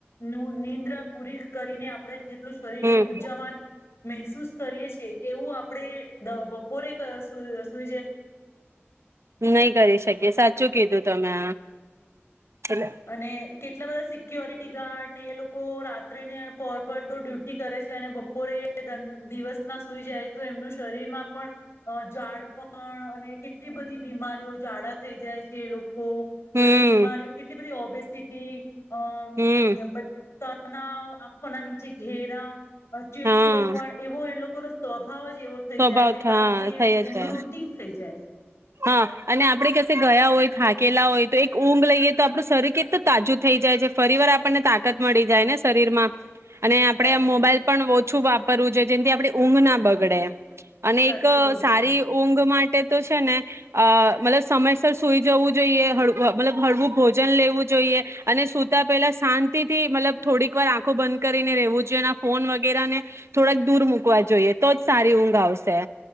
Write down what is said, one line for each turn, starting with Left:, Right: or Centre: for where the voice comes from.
Left: નું નીંદ્રા પૂરી કરીને આપણે જેટલું શરીરને
Right: હમ
Left: ઉર્જાવાન મહેસૂસ કરીએ છે. એવું આપડે દ બપોરે સુું સુ. <unintelligible>
Right: નહી કરી શકીએ સાચું કીધું. તમે? એટલે
Left: અને કેટ કેટલા બધા સી સિક્યોરિટી ગાર્ડ ને એ લોકો લોકો રાત્રિને પોર પર તો ડ્યુટી કરે છે અને બપોરે દિવસ ના સુઈ જાય. તો એમનું શરીરમાં પણ અ ઝાડપણ અને કેટલી બધી બીમારીઓ જાડા થઈ જાય છે એ લોકો કો
Right: હમ
Left: પછી બીમારીઓ બધી ઓ બે સિટી અમ
Right: હમ
Left: બા. <unintelligible> તનાવ આંખોના નીચે ઘેરા ચીડચીડો
Right: હા
Left: પણ એવો એ લોકો કો સ્વભાવ જ એવો થઈ
Right: સ્વભાવ
Left: જાય છે, કારણ
Right: હા
Left: કે
Right: થઈ જ
Left: એમનું
Right: જાય
Left: રૂટીન થઈ જાય
Right: હા, અને આપણે કશે ગયા હોય, થાકેલા હોય તો એક ઊંઘ લઈએ તો આપણું શરીર કેટલું તાજું થઈ જાય છે. ફરી વાર આપણને તાકાત મળી જાય ને શરીર માં અને આપડે
Left: સાચું
Right: આ મોબાઈલ પણ છુ વાપરવું છે જેથી આપણે ઊંઘ ના બગડે અને
Left: સાચું
Right: એક
Left: કહો
Right: સારી
Left: છો
Right: ઊંઘ માટે તે તો છે ને અ મતલબ સમયસર સુઈ જવું જોઈએ, મતલબ હળવું ભોજન લેવું જોઈએ અને સુતા પહેલા શાંતિ થી મતલબ થોડીક વાર આંખો બંધ કરીને રહેેવું જોઈએ ફોન વગેરા ને થોડાક દૂર મૂકવા જોઈએ તો જ સારી ઊંઘ આવશે.